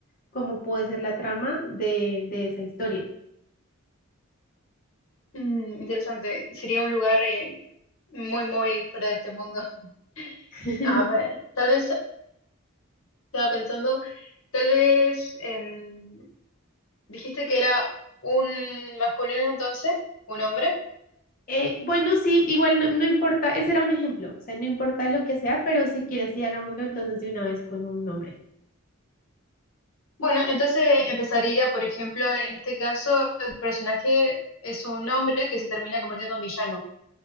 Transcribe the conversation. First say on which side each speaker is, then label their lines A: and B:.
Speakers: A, on the left (about 40°); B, on the left (about 70°).
A: cómo puede ser la trama de, de esa historia.
B: Mm, interesante, sería un lugar eh, muy, muy fuera de este mundo. <laughs>
A: <laughs>
B: A ver, tal vez estaba pensando, tal vez em, Dijiste que era un masculino entonces, un hombre.
A: Eh, bueno, sí, igual no, no importa, ese era un ejemplo, o sea, no importa lo que sea, pero si quieres, sí, hagámoslo entonces de una vez con un nombre.
B: Bueno, entonces empezaría, por ejemplo, en este caso, el personaje es un hombre que se termina convirtiendo en villano,